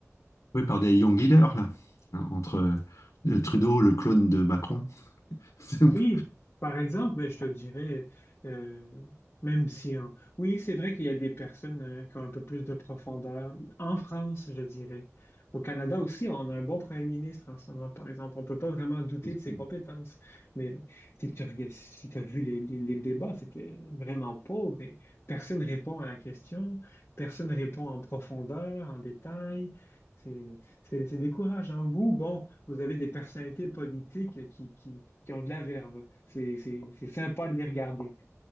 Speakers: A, on the left; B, on the left.
A: découpé par des young leaders, là, hein, entre euh, le Trudeau, le clone de Macron. <laughs> C'est
B: Oui,
A: un peu
B: par exemple, mais je te dirais, euh, même si en... Oui, c'est vrai qu'il y a des personnes euh, qui ont un peu plus de profondeur. En France, je dirais. Au Canada aussi, on a un bon premier ministre en ce moment, par exemple. On peut pas vraiment douter
A: possible.
B: de ses compétences. Mais si tu regardes- si tu as vu les, les- les débats, c'était vraiment pauvre et personne répond à la question, personne répond en profondeur, en détail. C'est, c'est, c'est décourageant. Vous, bon, vous avez des personnalités politiques qui, qui qui ont de la verve. C'est c'est- c'est sympa de les regarder.